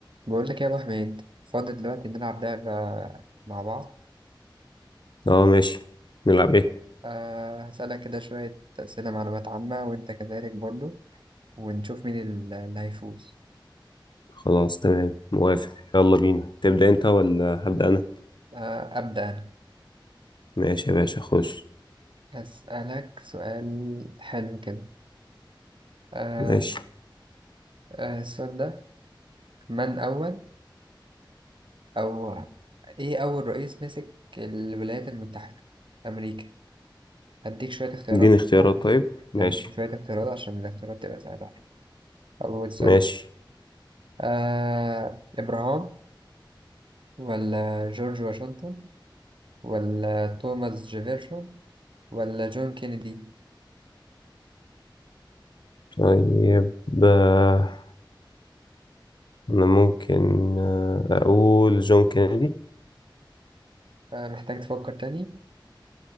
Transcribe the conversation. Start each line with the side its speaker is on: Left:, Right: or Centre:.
Right: بقول لك إيه يا ابو حميد فاضي دلوقتي نلعب لعبة مع بعض
Left: اه ماشي نلعب ايه
Right: أه هسألك كده شوية أسئلة معلومات عامة وأنت كذلك برضو ونشوف مين ال- اللي هيفوز
Left: خلاص تمام موافق يلا بينا تبدأ انت ولا هبدأ انا
Right: أه أبدأ أنا
Left: ماشي يا باشا خش
Right: هسألك سؤال حلو كده أه
Left: ماشي
Right: أه السؤال ده من أول أو إيه أول رئيس مسك الولايات المتحدة أمريكا هديك شوية اختيارات
Left: اديني اختيارات
Right: برضو عشان-
Left: طيب ماشي
Right: هديك شوية اختيارات عشان الاختيارات تبقى سهلة عليك أول سؤال
Left: ماشي
Right: آه إبراهام ولا جورج واشنطن ولا توماس جيفرسون ولا جون كينيدي
Left: طيب آه، انا ممكن آه، اقول جون كينيدي
Right: آه محتاج تفكر تاني